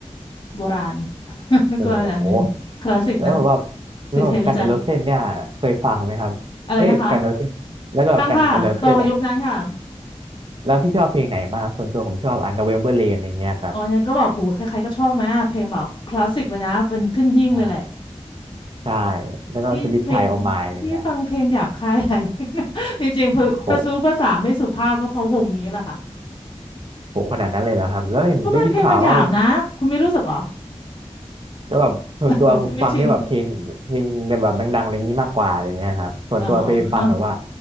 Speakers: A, on the left; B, on the right.
A: โบราณ <laughs>
B: โอ้โห
A: ก็อันหนึ่งคลาสสิกนะ
B: แล้วแบบว่าแล้วแบบกันเอโรเซนเนี่ยเคยฟังไหมครับเอ้ยกันเอโรเซนแล้วก็แบบกันเอโรเซนอ่ะ
A: สีเทปนะจ๊ะอะไรนะคะตั้งค่ะโตกับยุคนั้นค่ะ
B: แล้วพี่ชอบเพลงไหนบ้างครับส่วนตัวผมชอบอ่ะ November Rain อะไรเงี้ยครับ
A: อ๋ออันนั้นก็แบบโหใครๆก็ชอบไหมอะเพลงแบบคลาสสิกเลยนะ เป็นขึ้นหิ้งเลยแหละ
B: ใช่ใช่แล้วก็สวิตชายโอมายอะไรเงี้ย
A: พี่เพลง พี่ฟังเพลงหยาบคายหลายเพลงนะ <laughs> จริงๆเพอพอซูภาษาไม่สุภาพก็เพราะวงนี้แหละค่ะ
B: โหโหขนาดนั้นเลยเหรอครับแล้วเห็นได้ยินข่าวว่าเป็น
A: ก็มันเพลงมันหยาบนะ คุณไม่รู้สึกเหรอ
B: แล้วแบบส่วนตัวผมฟังแค่แบบเพลงเพลงแบบดังๆอะไรงี้มากกว่าอะไรเงี้ยครับส่วนตัวไปฟังแบบว่า
A: <laughs> หรือคุณไม่ชิน อ๋อ